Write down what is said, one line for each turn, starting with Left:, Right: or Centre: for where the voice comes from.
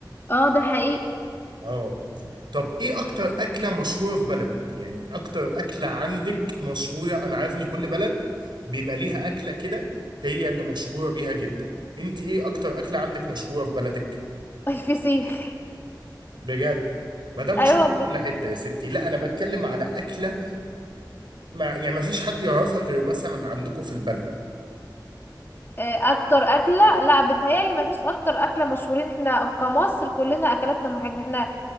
Left: اه ده حقيقي
Right: اه طب ايه اكتر اكله مشهوره في بلدك يعني اكتر اكله عندك مشهوره انا عارف ان كل بلد بيبقى ليها اكله كده هي اللي مشهوره بيها جدا انت ايه اكتر اكله عندك مشهوره في بلدك
Left: الفسيخ
Right: بجد ما ده
Left: <laughs> ايوه
Right: مشهور
Left: والله
Right: في كل حته يا ستي لا انا بتكلم على اكله ما يعني ما فيش حد يعرفها غير مثلا عندكم في البلد
Left: آه، اكتر اكله لا بتهيالي ما فيش اكتر اكله مشهورين احنا كمصر كلنا اكلاتنا محدده احنا